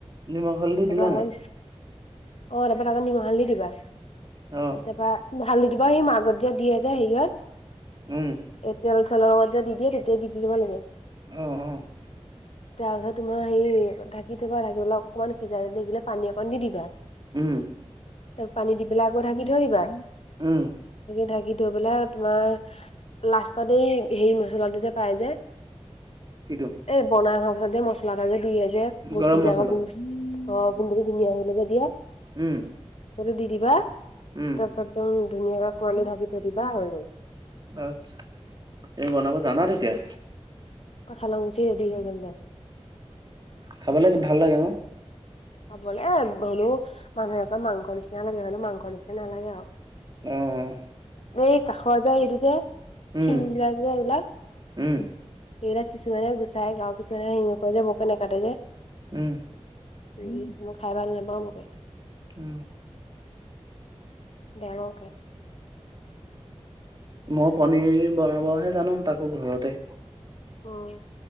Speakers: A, on the right (about 40°); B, on the left (about 65°).
A: নিমখ হালধি
B: তাৰপা
A: দিলা
B: অকমান
A: নাই?
B: অ', তাৰপা তাতে নিমখ <inaudible> দি দিবা
A: অ',
B: তাৰপা ঢালি দিবা সি মাজত যে দিয়ে যে সেইয়ত
A: উম।
B: এ তেল চেলৰ লগত যে দি দিয়ে তেতিয়াই দি দিব লাগে।
A: অ'।
B: তাৰ পিছত তোমাৰ সেই ঢাকি থ'বা, ঢাকি পেলাই অকণমান সিজাই দেখিলে পানী অকণ দি দিবা।
A: উম।
B: তাত পানী দি পেলাই আকৌ ঢাকি থৈ দিবা।
A: উম।
B: থাকি থৈ পেলাই তোমাৰ লাষ্টত এই হেই মছলাটো যে পাই যে।
A: কিটো?
B: এই বনাই খোৱা পিছত যে মছলা এটা যে দিয়ে যে, বস্তুবিলাকৰ
A: গৰম মছলা,
B: গোন্ধ অ', গোন্ধটো ধুনীয়া হ'বলে যে দিয়ে।
A: উম।
B: সেইটো দি দিবা তাৰপিছত
A: উম,
B: একদম ধুনীয়াকে কোঁৱালী ঢাকি থৈ দিবা হৈ গ'ল।
A: আটচ্ছা, তে বনাব জানা তেতিয়া।
B: কঠাল মুচি ৰেডি হৈ গ'ল তাৰ পাছত।
A: খাব ভাল লাগে ন।
B: খাবলে এ হলেও মানুহে আকৌ মাংস নিচিনা লাগে হলেও মাংস নিচিনা নালাগে আৰু।
A: অঁ।
B: এই কাষৰ যে সেইটো যে
A: উম,
B: শিঙৰা যে ওলাই।
A: উম,
B: এইবিলাক কিছুমানে গুচাই আৰু কিছুমানে হেৰি নকৰে যে বকে নাকাটে যে।
A: উম।
B: উম মই খায় ভাল নাপাওঁ বৰকে।
A: উম।
B: ডাঙৰকে।
A: মই পনীৰ বনাবহে জানো তাকো ঘৰতে।
B: অঁ